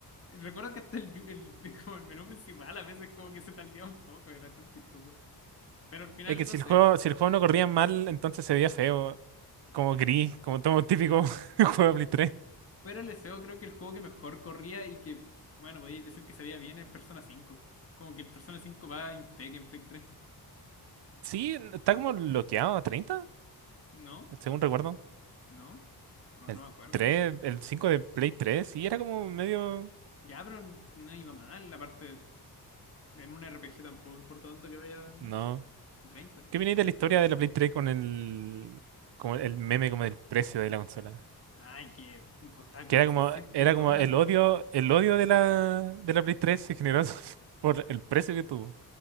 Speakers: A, on the left (about 35°); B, on the right (about 80°).
A: recuerdo que hasta el, yu- el- <laughs> como el menú principal a veces como que se tardía un poco, era tan chistoso. Pero al final,
B: Es que si
A: no sé,
B: el juego, si el juego no corría mal, entonces se veía feo, como gris, como todo típico <laughs> juego de Play 3.
A: fuera el SEO creo que el juego que mejor corría y que, bueno, podéis decir que se veía bien es Persona 5. Como que el Persona 5 va impec en Play 3.
B: Sí, está como bloqueado a 30
A: ¿No?
B: según recuerdo.
A: ¿No? No,
B: El
A: no me acuerdo.
B: tres el 5 de Play 3, sí, era como medio...
A: Ya, pero no iba mal, aparte en un RPG tampoco importa tanto que vaya en
B: No.
A: 30.
B: ¿Qué viene de la historia de la Play 3 con el, como el meme como del precio de la consola?
A: Ay, que costaba
B: Que
A: como
B: era como,
A: 600
B: era como
A: dólares.
B: el odio, el odio de la, de la Play 3 se generó <laughs> por el precio que tuvo.